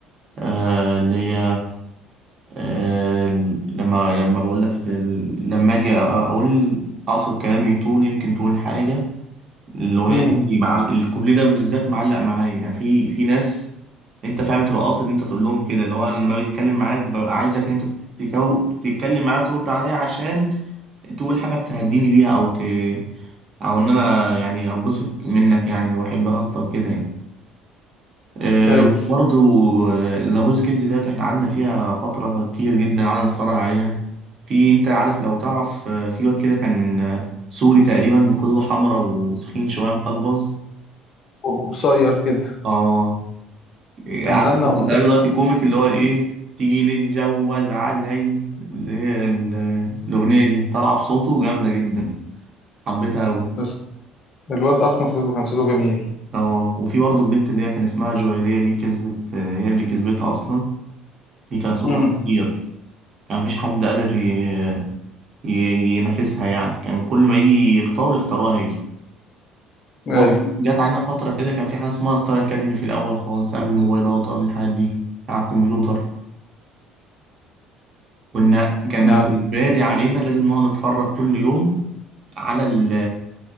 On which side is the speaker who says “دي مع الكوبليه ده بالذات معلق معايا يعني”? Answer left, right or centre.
Right